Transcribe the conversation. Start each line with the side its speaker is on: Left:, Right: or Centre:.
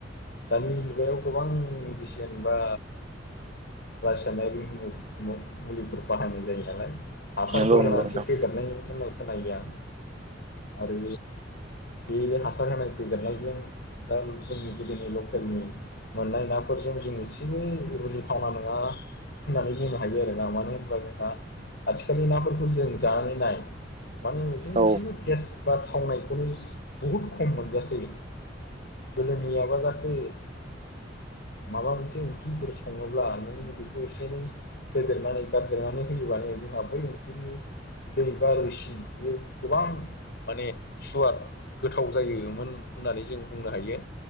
Left: दानि मुगायाव गोबां मेडिसिन बा बासिानाय र मुलिफोर बाहायनाय जायो नालाय। हासारफोर
Right: नंगौ नंगौ
Left: होनानैसो
Right: नोंथां
Left: फेदेरनाय होननाय खोनायो आं आरो बे हासार होनाय फैदेरनायजों दा जोंनि गोदोनि लकेलनि मोननाय नाफोरजों जों एसेनो रुजुथावना नङा। होननानै बुंनो हायो आरो ना मानो होनबब्ला जोंहा आथिखालनि नाफोरखौ जों जानानै नाय मानो होनोबो जों
Right: औ
Left: एसेबो टेस्ट बा थावनायखौनो बुहुद खम मोनजासै। गोदोनियाबा जाखोयो माबा मोनसे ओंख्रिफोर सङोब्ला नों बेखौ एसे एनै होेदेरनानै गारदेरनानै होयोबानो जोंहा बै ओंख्रिनिदै बा रोसि बियो गोबां माने सुवार गोथाव जायोमोन होननानै जों बुंनो हायो